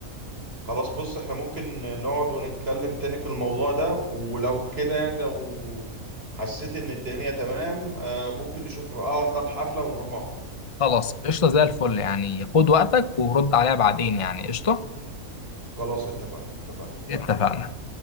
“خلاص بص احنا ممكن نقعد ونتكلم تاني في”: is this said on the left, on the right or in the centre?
Right